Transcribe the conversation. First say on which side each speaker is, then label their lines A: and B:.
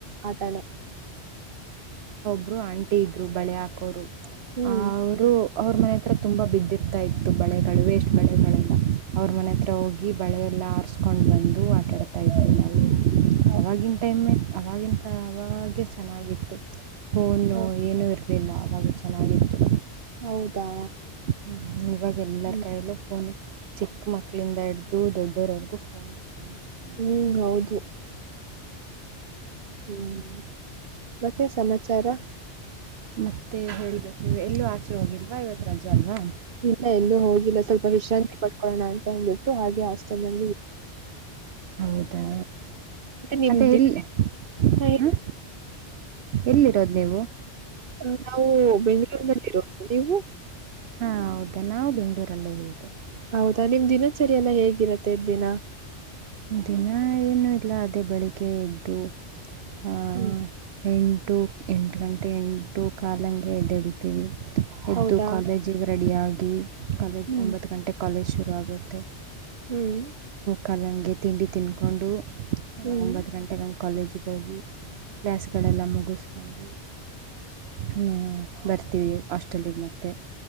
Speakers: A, on the right (about 55°); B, on the right (about 70°).
A: ಆಟನ
B: ಬ್ಬರು ಆಂಟಿ ಇದ್ದರು ಬಳೆ ಹಾಕೋರು
A: ಹ್ಮ್
B: ಅವರು ಅವ್ರ ಮನೆ ಹತ್ರ ತುಂಬ ಬಿದ್ದಿರ್ತಾ ಇತ್ತು ಬಳೆಗಳು ವೇಸ್ಟ್ ಬಳೆಗಳೆಲ್ಲ ಅವ್ರ ಮನೆ ಹತ್ರ ಹೋಗಿ ಬಳೆಯಲ್ಲ ಎಲ್ಲ ಆರ್ಸ್ಕೊಂಡ್ ಬಂದು ಆಟ ಆಡ್ತಾ ಇದ್ವಿ ನಾವು
A: ಹೌ-
B: ಆವಾಗಿನ ಟೈಮ್ ಅವವಾಗಿನ ಕ ಅವಾಗೆ ಚೆನ್ನಾಗಿತ್ತು ಫೋನು
A: ಹಾ
B: ಏನೂ ಇರಲಿಲ್ಲ ಅವಾಗೆ ಚೆನ್ನಾಗಿತ್ತು
A: ಹೌದಾ
B: ಹ್ಮ್ ಇವಾಗ ಎಲ್ಲರ
A: ಹ್ಮ್
B: ಕಾಯಲ್ಲೂ ಫೋನ್ ಚಿಕ್ಕ ಮಕ್ಕಳಿಂದ ಹಿಡ್ದು ದೊಡ್ಡೋರವರ್ಗು ಫೋನು ಫೋನು ಫೋನು
A: ಹ್ಮ್
B: ಬರೀ
A: ಹೌದು ಹ್ಮ್ ಮತ್ತೆ ಸಮಾಚಾರ
B: ಮತ್ತೆ ಹೇಳ್ಬೇಕು ನೀವು ಎಲ್ಲೂ ಆಚೆ ಹೋಗಿಲ್ವಾ ಇವತ್ತು ರಜೆ ಅಲ್ವಾ
A: ಇನ್ನ ಎಲ್ಲೂ ಹೋಗಿಲ್ಲ ಸ್ವಲ್ಪ ವಿಶ್ರಾಂತಿ ಪಡ್ಕೊಳ್ಳೋಣ ಅಂತ ಅಂದ್ಬಿಟ್ಟು ಹಾಗೆ ಹಾಸ್ಟೆಲ್ ನಲ್ಲಿ
B: ಹೌದಾ
A: ನಿಮ್
B: ಮತ್ತೆ
A: ದಿನ
B: ಎಲ್ಲಿ
A: ಹಾ, ಹೇಳಿ.
B: ಹ್ಮ ಎಲ್ಲಿರೋದು ನೀವು
A: ಅ ನಾವು ಬೆಂ್ಗಳೂರ್ನಲ್ಲಿ ಇರೋದು ನೀವು
B: ಹಾ ಹೌದಾ ನಾವು ಬೆಂಗ್ಳೂರಲ್ಲೇ ಇರೋದು
A: ಹೌದಾ ನಿಮ್ ದಿನಚರಿಯಲ್ಲ ಹೇಗಿರತ್ತೆ ದಿನ
B: ದಿನ ಏನು ಇಲ್ಲ ಅದೇ ಬೆಳಿಗ್ಗೆ ಎದ್ದು ಆ
A: ಹ್ಮ್
B: ಎಂಟು ಎಂಟು ಗಂಟೆ ಎಂಟು ಕಾಲಂಗೆದ್ದಳ್ತೀವಿ ಎದ್ದು
A: ಹೌದಾ
B: ಕಾಲೇಜಿಗೆ ರೆಡಿಯಾಗಿ ಕಾಲೇಜ್
A: ಹ್ಮ್
B: ಒಂಬತ್ತು ಗಂಟೆಗೆ ಕಾಲೇಜ್ ಶುರು ಆಗುತ್ತೆ
A: ಹ್ಮ್
B: ಕಲ್ಲಂಗೆ ತಿಂಡಿ ತಿಂದಕೊಂಡು
A: ಹ್ಮ್
B: ಒಂಬತ್ತು ಗಂಟೆಗೆ ಹಂಗೆ ಕಾಲೇಜಿಗೆ ಹೋಗಿ ಕ್ಲಾಸ್ ಗಳೆಲ್ಲ ಮುಗಿಸ್ಕೊಂಡು ಹ್ಮ್ ಬರ್ತೀವಿ ಹಾಸ್ಟೆಲಿಗೆ ಮತ್ತೆ